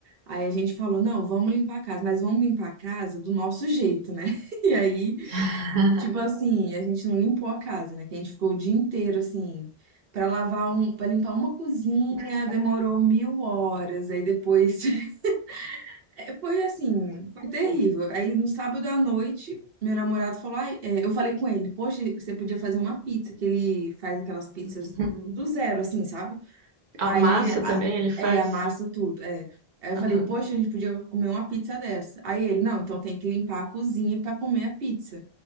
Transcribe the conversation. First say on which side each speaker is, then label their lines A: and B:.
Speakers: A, on the right; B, on the right.
A: Aí a gente falou, não, vamos limpar a casa, mas vamos limpar a casa do nosso jeito, né? <laughs> E aí,
B: <laughs> ah.
A: tipo assim, a gente não limpou a casa, né? Que a gente ficou o dia inteiro assim, para lavar um, para limpar uma cozinha, demorou mil horas. Aí depois <laughs> É, Foi assim, foi terrível. Aí no sábado à noite, meu namorado falou, ai, é, eu falei com ele, poxa, você podia fazer uma pizza, que ele faz aquelas pizzas
B: Uhum.
A: do zero, assim, sabe? Aí,
B: A massa
A: a-
B: também ele faz?
A: é, a massa tudo, é. Aí eu falei,
B: Aham.
A: poxa, a gente podia comer uma pizza dessa. Aí ele, não, então tem que limpar a cozinha para comer a pizza.